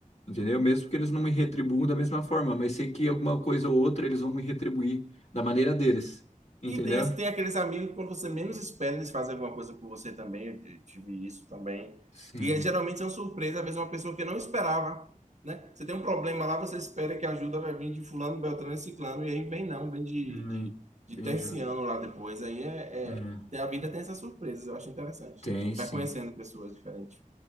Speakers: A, on the left; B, on the right.
A: entendeu? Mesmo que eles não me retribuam da mesma forma, mas sei que alguma coisa ou outra eles vão me retribuir da maneira deles, entendeu?
B: E tem, as- tem aqueles amigos que quando você menos espera, eles fazem alguma coisa por você também. Eu t- tive isso também.
A: Sim.
B: E é, geralmente são surpresas, às vezes uma pessoa que não esperava, né? Você tem um problema lá, você espera que a ajuda vai vir de fulano, beltrano e ciclano, e aí vem não, vem de,
A: Hum,
B: de,
A: Entendi.
B: de terciano lá depois. Aí é,
A: É,
B: é- tem- a vida tem essas surpresas, eu acho interessante
A: tem
B: também. A gente
A: sim.
B: vai conhecendo pessoas diferentes.